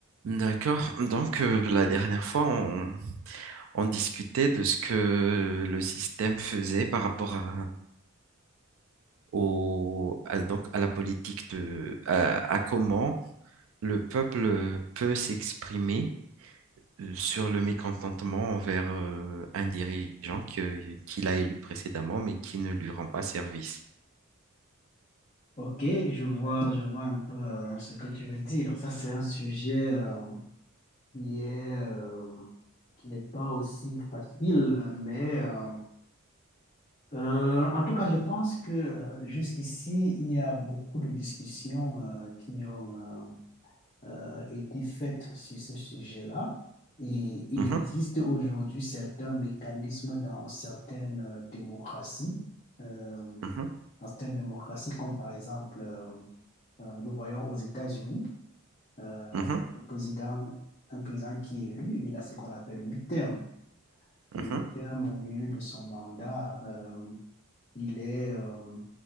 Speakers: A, on the right; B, on the left.
A: D'accord. Donc, euh, la dernière fois, on, on discutait de ce que le système faisait par rapport à, au, à- donc, à la politique de, à, à comment le peuple peut s'exprimer euh, sur le mécontentement envers euh, un dirigeant que, qu'il a élu précédemment, mais qui ne lui rend pas service.
B: Ok, je vois, je vois un peu euh, ce que tu veux dire. Ça, c'est un sujet euh, qui est, euh, qui n'est pas aussi facile, euh, mais euh, euh, en tout cas, je pense que euh, jusqu'ici, il y a beaucoup de discussions euh, qui ont euh, euh, été faites sur ce sujet-là. Et il
A: Mhm,
B: existe aujourd'hui certains mécanismes dans certaines euh, démocraties, euh, dans
A: mhm,
B: certaines démocraties, comme par exemple, euh, euh, nous voyons aux États-Unis. euh,
A: mhm,
B: un président, un président qui est élu, il a ce qu'on appelle le mi-terme. Le
A: mhm,
B: mi-terme, au milieu de son mandat, euh, il est, euh,